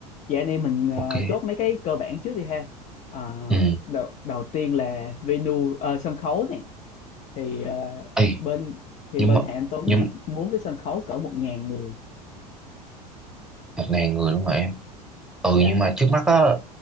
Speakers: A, on the left; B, in the centre.
A: vậy anh em mình ờ,
B: ok.
A: chốt mấy cái cơ bản trước đi ha Ờ,
B: Ừ.
A: đầu, đầu tiên là venue ờ, sân khấu này thì ờ,
B: Ê,
A: bên thì
B: nhưng
A: bên
B: mà
A: Hà Anh Tuấn
B: nhưng
A: á, muốn cái sân khấu cỡ một ngàn người
B: một ngàn người luôn rồi em. Ừ
A: dạ
B: nhưng mà trước mắt á